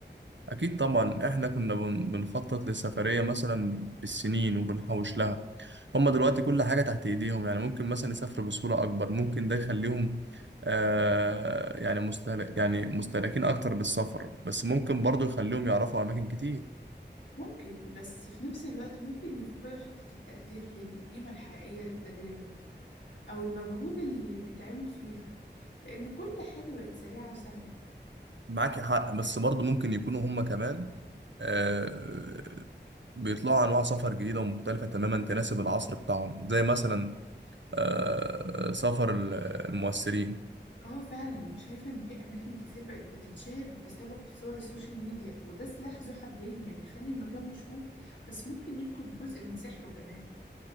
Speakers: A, on the right (about 80°); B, on the left (about 85°).
A: أكيد طبعا إحنا كنا بن- بنخطط للسفرية مثلا بالسنين وبنحوش لها هما دلوقتي كل حاجة تحت إيديهم يعني ممكن مثلا يسافروا بسهولة أكبر ممكن ده يخليهم آه يعني مستهلك يعني مستهلكين أكتر بالسفر بس ممكن برضه يخليهم يعرفوا أماكن كتير
B: ممكن بس في نفس الوقت ممكن يفقدوا حتة التقدير للقيمة الحقيقية للتجربة أو المجهود اللي بيتعمل فيها لأن كل حاجة بقت سريعة وسهلة
A: معاك حق بس برضه ممكن يكونوا هم كمان آه، بيطلعوا انواع سفر جديده ومختلفه تماما تناسب العصر بتاعهم زي مثلا آه، سفر ال- المؤثرين
B: اه فعلا وشايفة ان في اماكن كتير بقت بتتشهر بسبب صور السوشيال ميديا وده سلاح ذو حدين يعني بيخلي المكان مشهور بس ممكن يفقد جزء من سحره كمان